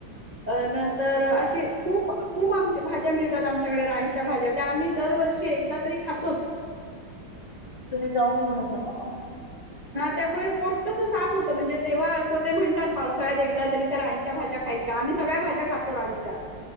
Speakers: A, on the right; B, on the left.
A: अ नंतर अशी खूप खूप आमच्या भाज्या मिळतात आमच्याकडे रानच्या भाज्या त्या आम्ही दरवर षी एकदा तरी खातोच.
B: तुम्ही जाऊन घेऊन येता का मग?
A: त्यामुळे पोट कसं साफ होतं म्हणजे तेव्हा असं ते म्हणतात पावसाळ्यात एकदा तरी त्या रानच्या भाज्या खायच्या. आम्ही सगळ्या भाज्या खातो रानच्या.